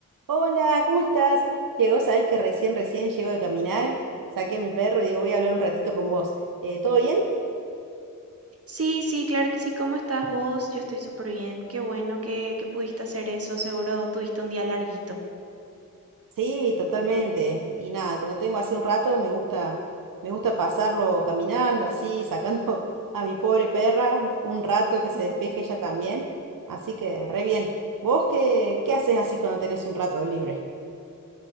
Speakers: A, on the right (about 80°); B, on the right (about 45°).
A: Hola, ¿cómo estás? Llegó, sabes que recién, recién llego de caminar, saqué a mi perro y digo, voy a hablar un ratito con vos. Eh, ¿todo bien?
B: Sí, sí, claro que sí. ¿Cómo estás vos? Yo estoy súper bien. Qué bueno que, que pudiste hacer eso. Seguro tuviste un día larguito.
A: Sí, totalmente. Y nada, cuando tengo así un rato me gusta, me gusta pasarlo caminando, así, sacando <laughs> a mi pobre perra un rato que
B: <laughs>
A: se despeje ella también. Así que, re bien. ¿Vos qué, qué haces así cuando tenés un rato libre?